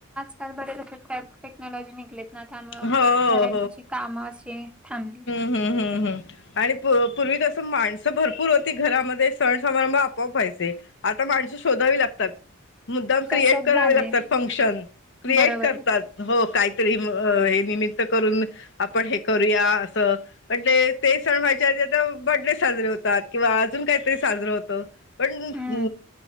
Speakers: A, in the centre; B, on the left.
A: आल बरेच तसे टेक्नॉलॉजी निघलेत ना त्यामुळ
B: हो
A: बऱ्यांची कामं असे- फॅमिलीत.
B: हम् हम् हम् आणि पू पूर्वी कसं माणसं भर- पूर होते घरामध्ये सण समारंभ आपोआप व्हायचे. आता माणसं शोधावी लागतात. मुद्दाम क्रिएट
A: तसच
B: करावे
A: झाले
B: लागतात फंक्शन क्रिएट
A: बरोबर
B: करतात.
A: आहे
B: हो काहीतरी हे निमित्त करून आपण हे करूया. म्हणलं ते सण व्ह्यायच्या आधी आता बडे साजरे होतात किंवा अजून काहीतरी साजत- <inaudible>
A: हम्म